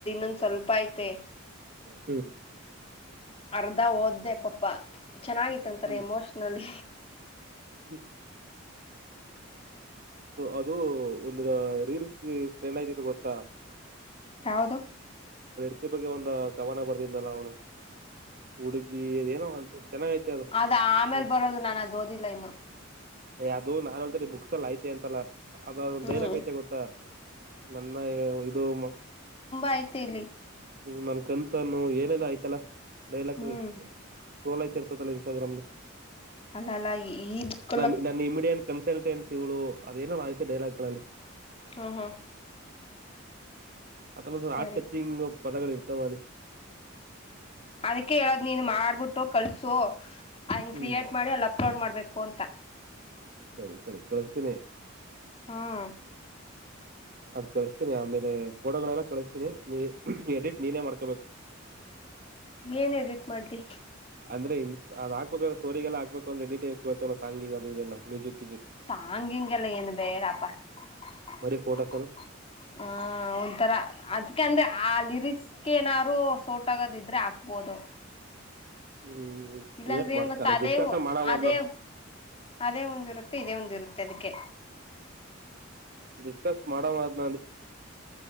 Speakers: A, on the left (about 30°); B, on the right (about 45°).
A: ಒಂದ್ ಸ್ವಲ್ಪ ಐತೆ
B: ಹೂ
A: ಅರ್ಧ ಒದೆ ಪಪ್ಪಾ ಚೆನ್ನಾಗಿತ್ತಂತೆ
B: ಹ್ಮ್
A: ಎಮೋಷನಲ್
B: <unintelligible> ಅದು ಒಂದು ರಿಲ್ಸ್ ಟ್ರೆಂಡ್ ಆಗಿದೆ ಗೊತ್ತಾ <unintelligible>
A: ಯಾವುದು
B: ಇದರ ಜೊತೆ ಒಂದು ಕವನ ಬರೆದಿಲ್ಲ ಅವನು ಹುಡುಗಿ ಚೆನ್ನಾಗೈತೆ
A: ಅದು ಆಮೇಲೆ
B: ಅದು
A: ಬರೋದು ಇನ್ನೂ ಓದಿಲ್ಲ ನಾನು
B: ಏ ಅದು--ಬುಕ್ಸಲ್ಲಿದೆ ಅಂತಲ್ಲ ಅದ ಒಂದ್
A: ತುಂಬಾ
B: ಡೈಲಾಗ್ ಐತೆ ಗೊತ್ತಾ ನನ್ನ ಇದು ಹ್ಮ್
A: ಆಯ್ತೆ ಇಲ್ಲಿ
B: ನನ್ ಕನಸಲ್ಲೂ ಏನೇ ಏನಾಯ್ತಲ್ಲ ಡೈಲಾಗ್
A: ಹ್ಮ್
B: ಟ್ರೋಲ್ ಆಯ್ತಲ್ಲ ಅದು ಇನ್ಸ್ಟಾಗ್ರಾಮ್ ಅಲ್ಲಿ
A: ಅಲ್ಲಲ್ಲ ಈ ಬುಕ್
B: <unintelligible> ಅದೇನು ಆಯ್ತು ಡೈಲಾಗ್ಗಳಲ್ಲಿ
A: ಆಹಾ
B: <unintelligible>
A: ಸರಿ ಸರಿ
B: ತವಲಿ
A: ಅದಕ್ಕೆ ಹೇಳೋದು ನೀನು ಮಾಡ್ಬಿಟ್ಟು ಕಲಿಸು ಅಲ್ಲಿ
B: ಹ್ಮ್
A: ಕ್ರಿಯೇಟ್ ಮಾಡಿ ಅಪ್ಲೋಡ್ ಮಾಡಬೇಕು ಕೊಂತ
B: ಸರಿ ಸರಿ ಕಳಿಸುತ್ತೇನೆ
A: ಹಾಹಾ
B: ಅದು ಕಳಿಸ್ತೀನಿ ಆಮೇಲೆ--ಎಡಿಟ್ ನೀನೇ ಮಾಡ್ಕೋಬೇಕು
A: ಏನ್ ಎಡಿಟ್ ಮಾಡಿದ್ದಿ
B: ಅಂದ್ರೆ--ಅದು ಹಾಕು ಬೇಕು ಸ್ಟೋರಿಗೆಲ್ಲ ಡೀಟೇಲ್ ಕೇಳುತ್ತೆ ಸಾಂಗ್ ಇನ್ನೆಲ್ಲ <unintelligible>
A: ಸಾಂಗ್ ಇನ್ ಎಲ್ಲ ಏನು ಬೇಡಪ್ಪ--ಅದಕ್ಕೆ
B: ಬರೀ ಫೋಟೋಸನ
A: ಅಂದೆ ಆ ಲಿರಿಕ್ಸ್ ಗೆ ಏನಾದರೂ ಸೂಟ್ ಹಾಗಿದ್ದರೆ ಹಾಕಬಹುದು
B: ಹ್ಮ್
A: ಇಲ್ಲಾಂದ್ರೆ
B: ಏಟ್ ಮಾಡ್ತಾಳೆ
A: ಏನು ಗೊತ್ತಾ
B: ಡಿಸ್ಕಸ್ ಮಾಡಮದ್ನ
A: ಅದೇ, ಅದೇ ಒಂದು ಇರುತ್ತೆ ಇದೆ ಒಂದು ಇರುತ್ತೆ ಅದಕ್ಕೆ
B: ಡಿಸ್ಕಸ್ ಮಾಡೋಣ